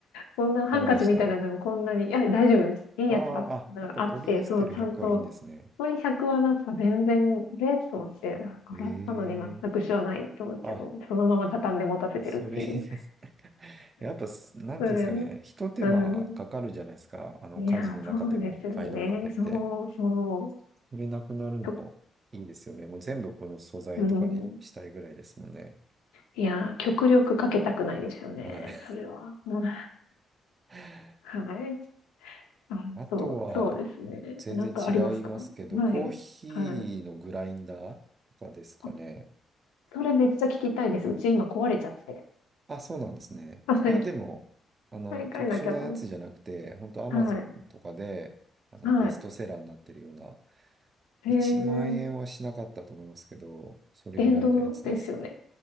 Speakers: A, on the left; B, on the right.
A: こんなハンカチみたいなのもこんなに、
B: ダメでした。
A: いや、大丈夫です。いいやつが
B: ああ、あ、やっぱポリエステル100はいいんですね。
A: あって、そう、ちゃんと、ポリ100はなんか全然、えーと思って、あ洗ったのに全く知らないと思って、
B: ええあ、
A: もうそのまま畳んで持たせてるっていう。
B: それいいです。<laughs> やっぱす、なんていうんですかね、
A: それは、
B: 一手間かかるじゃないですか。
A: うん。
B: あの、
A: いや、
B: 家事の中でもアイロンがけって。
A: そうですよね。そうそう。
B: それなくなるのいいですよね。
A: きょ
B: もう全部この素材とかにしたいぐらいですもんね。
A: うん。いや、極力かけたくないですよね。
B: はい。
A: それは。うん <laughs>
B: <laughs>
A: はい。あ、
B: あとは、
A: そう、そうですね。
B: 全然違いますけど、
A: なんかありますかはい。
B: コーヒーのグラインダーとかですかね。
A: はい。あそれめっちゃ聞きたいです。うち今壊れちゃって。
B: あ、そうなんですね。
A: <laughs> はい。
B: いや、でも、あの、
A: 買い替えなきゃと思って。
B: 特殊なやつじゃなくて、本当アマゾンとかで、
A: はい。
B: あの、
A: はい。
B: ベストセラーになってるような、
A: へえ。
B: 1万円はしなかったと思いますけど、それぐらいのやつです。
A: 電動ですよね。